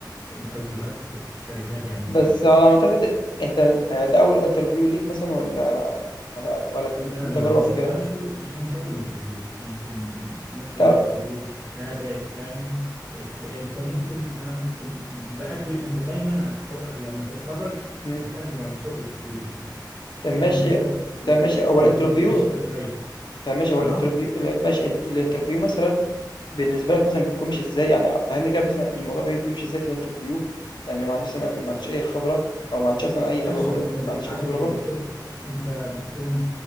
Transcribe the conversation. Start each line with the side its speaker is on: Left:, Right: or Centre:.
Right: انترفيوهات في شركات يعني معينه
Left: بس على ما أعتقد أنت آه، ده أول انترفيو ليك مثلا ولا ولا ولا كان
Right: لا
Left: في تجربة
Right: لا لا مش
Left: قبل كده؟
Right: لا مش لا مش اول انترفيو يمكن ممكن
Left: طب
Right: الانترفيو السابع الثامن if- انت ممكن انا ممكن بقدم انت دايما هترو... لما تتخرج
Left: مم.
Right: هتقدم على شغل كتير يعني
Left: طب
Right: يا
Left: ماشي
Right: اما فكره
Left: طب ماشي أول
Right: ريكومنديشن
Left: انترفيو
Right: هتريح
Left: طب ماشي هو
Right: اه
Left: الانترفيو ال- ماشي انت الانترفيو مثلا بالنسبة لك مثلا بيكون ماشي ازاي يعني فهمني كده مثلا الموضوع بي- بيمشي ازاي في الانترفيو لأن ما عنديش ما ما عنديش أي خبرة أو ما عنديش أصلا أي تجربة
Right: ماشي ما انت بتعدي
Left: ما عنديش أي تجربة
Right: بتشوف انت بتكون